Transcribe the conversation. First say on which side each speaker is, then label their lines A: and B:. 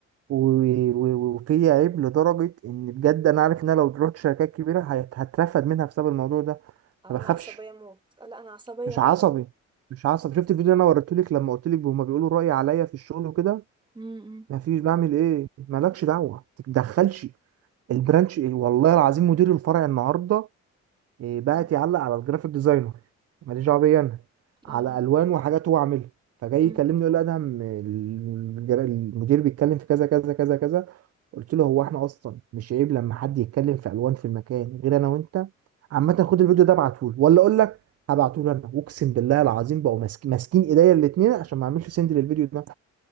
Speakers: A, on the right; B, on the right.
A: و- و- وفي عيب لدرجه ان بجد انا عارف ان انا لو رحت شركات كبيره هت- هترفد منها بسبب الموضوع ده
B: اه
A: ما
B: انا
A: بخافش
B: عصبية موت آه، لا انا عصبية
A: مش
B: بقى
A: عصبي
B: موت
A: مش عصبي شفت الفيديو اللي انا وريتهولك لما قلت لك هما بيقولوا رأي عليا في الشغل وكده
B: امم
A: مفيش بعمل ايه مالكش دعوة ما تتدخلش البرانش إيه؟ والله العظيم مدير الفرع النهارده إيه، بقت
B: امم
A: يعلق
B: <laughs>
A: على الجرافيك ديزاينر ماليش دعوه بيا انا على
B: اه آه.
A: الوان وحاجات هو عاملها فجاي
B: مم.
A: يكلمني يقول لي ادهم الجر- المدير بيتكلم في كذا كذا كذا كذا قلت له هو احنا اصلا مش عيب لما حد يتكلم في الوان في المكان غير انا وانت عامه خد الفيديو ده ابعته له ولا اقول لك هبعته له انا اقسم بالله العظيم بقوا ماسك- ماسكين ايديا الاثنين عشان ما اعملش سند للفيديو ده